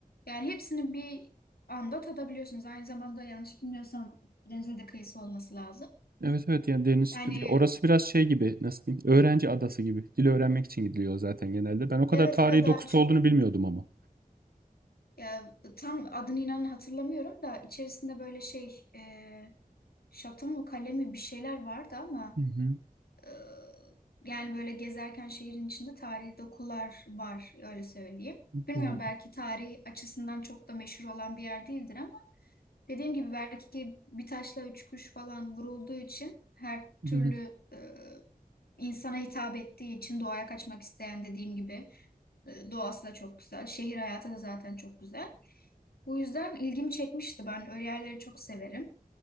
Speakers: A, on the left; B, on the right.
A: Yani hepsini bir anda tadabiliyorsunuz. Aynı zamanda yanlış bilmiyorsam denize de kıyısı olması lazım.
B: Evet evet yani deniz
A: Yani
B: tür- ya Orası biraz şey gibi nasıl diyeyim öğrenci adası gibi. Dil öğrenmek için gidiliyor zaten genelde. Ben o kadar
A: evet
B: tarihi
A: evet daha
B: dokusu
A: çok
B: olduğunu bilmiyordum ama.
A: ya tam adını inanın hatırlamıyorum da içerisinde böyle şey e, şato mu kale mi bir şeyler vardı ama
B: Hı hı,
A: Ee, Yani böyle gezerken şehrin içinde tarihi dokular var öyle söyleyeyim. Bilmiyorum
B: doğru.
A: belki tarih açısından çok da meşhur olan bir yer değildir ama dediğim gibi belki bir taşla üç kuş falan vurulduğu için her türlü
B: Hı.
A: e, insana hitap ettiği için doğaya kaçmak isteyen dediğim gibi e, doğası da çok güzel. Şehir hayatı da zaten çok güzel. Bu yüzden ilgimi çekmişti. Ben öyle yerleri çok severim.